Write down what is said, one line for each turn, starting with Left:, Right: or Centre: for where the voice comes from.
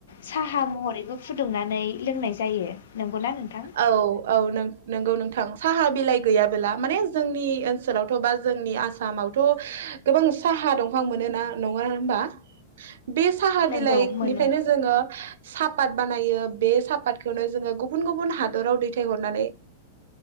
Left: साहा महरैबो फुदुंनानै लोंनाय जायो। नंगौना नोंथां
Right: औ औ नोंग-नोंगौ नों थां साहा बिलाय गैयाबोला माने जोंनि ओनसोलावथ' बा जोंनि आसामावथ' गोबां साहा दंफां मोनो ना नङा होमबा। बे साहा
Left: नंगौ
Right: बिलायकनिफायनो
Left: मोनो
Right: जोङो सापात बानायो बे सापादखौनो जोङो गुब गुबुन गुबुन हादराव दैथायहरनानै